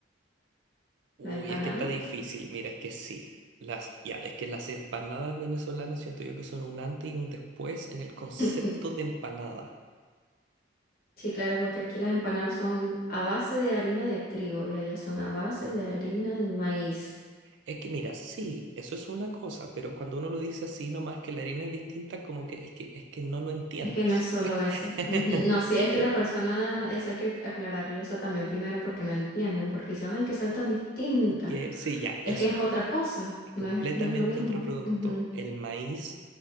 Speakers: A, on the right; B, on the left.
A: Uy,
B: La empanada.
A: es que está difícil, mira, es que sí. Las, ya, es que las empanadas venezolanas siento yo que son un antes y un después en el concepto
B: <laughs>
A: de empanada.
B: Sí, claro, porque aquí las empanadas son a base de harina de trigo y allá son a base de harina de maíz.
A: Es que mira, sí, eso es una cosa, pero cuando uno lo dice así nomás que la harina es distinta, como que es que es que no lo entiendes.
B: Es que no es solo
A: <laughs>
B: eso. Ujú. No, sí, es que las personas, eso hay que aclararle eso también primero porque no entienden, porque dicen, ay, que sabe tan distinta.
A: Que sí, ya, eso.
B: Es que es otra cosa,
A: Es
B: no
A: completamente
B: es, no es lo mismo.
A: otro producto.
B: Ujú.
A: El maíz,